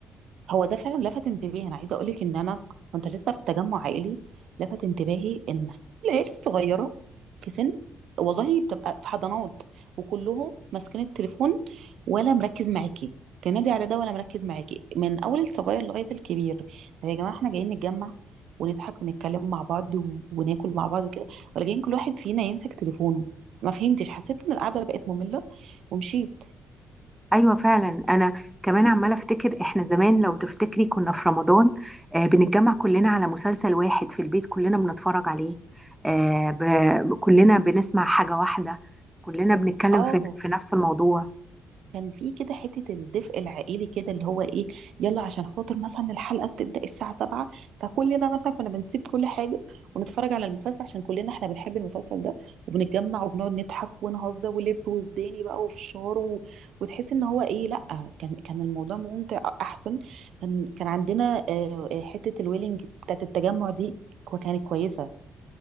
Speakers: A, on the right; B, in the centre.
A: هو ده فعلا لفت انتباهي انا عايزه اقول لك ان انا كنت لسه في تجمع عائلي لفت انتباهي ان العيال الصغيره في سن والله بتبقى في حضانات وكلهم ماسكين التليفون ولا مركز معاكي تنادي على ده ولا مركز معاكي من اول الصغير لغايه الكبير طب يا جماعه احنا جايين نتجمع ونضحك ونتكلم مع بعض و... وناكل مع بعض وكده ولا جايين كل واحد فينا يمسك تليفونه ما فهمتش حسيت ان القعده بقت ممله ومشيت
B: ايوه فعلا انا كمان عماله افتكر احنا زمان لو تفتكري كنا في رمضان آه بنتجمع كلنا على مسلسل واحد في البيت كلنا بنتفرج عليه آه ب... كلنا بنسمع حاجه واحده كلنا بنتكلم
A: اه
B: في, في نفس الموضوع
A: كان في كده حتة الدفء العائلي كده اللي هو ايه يلا عشان خاطر مثلا الحلقة بتبدأ الساعة 7 فكلنا مثلا كنا بنسيب كل حاجة ونتفرج على المسلسل عشان كلنا احنا بنحب المسلسل ده وبنتجمع وبنقعد نضحك ونهزر ولب وزداني بقى وفشار و... وتحس ان هو ايه لا كان كان الموضوع ممتع احسن كان كان عندنا آه، آه، حتة الويلنج بتاعت التجمع دي كو- كانت كويسة